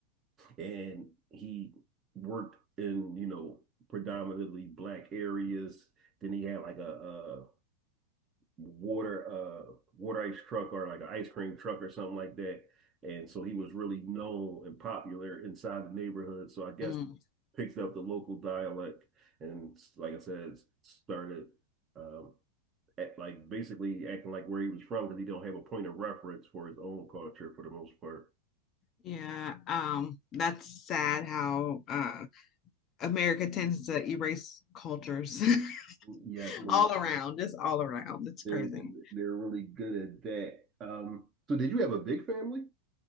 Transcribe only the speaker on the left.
Mm,
yeah, um, that's sad how uh America tends to erase cultures
<laughs>
all around. It's all around. It's
crazy.